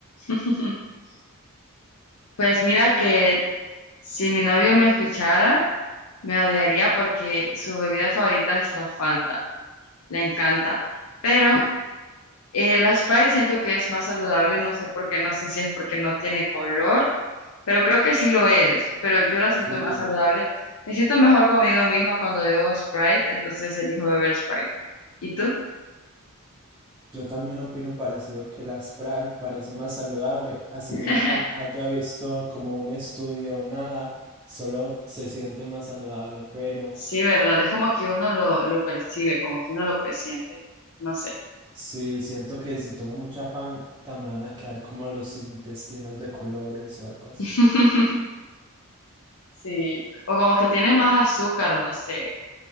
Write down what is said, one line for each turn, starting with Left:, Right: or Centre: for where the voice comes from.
Left: <laughs> Pues mira que si mi novio me escuchara, me odiaría porque su bebida favorita es la Fanta, le encanta, pero Eh, la Sprite siento que es más saludable, no sé por qué, no sé si es porque no tiene color, pero creo que sí lo es, pero yo la siento
Right: Sí,
Left: más saludable. Me siento mejor conmigo misma cuando bebo Sprite, entonces elijo beber Sprite. ¿Y tú?
Right: yo también opino parecido que la Sprite parece más saludable, así
Left: <laughs>
Right: nunca haya visto como un estudio o nada, solo se siente más saludable, pero
Left: Sí, ¿verdad? Es como que uno lo, lo percibe, como que uno lo presiente, no sé.
Right: sí siento que si tomo mucha Fanta me van a quedar como los intestinos de colores o algo así.
Left: <laughs> Sí, o como que tiene más azúcar, no sé,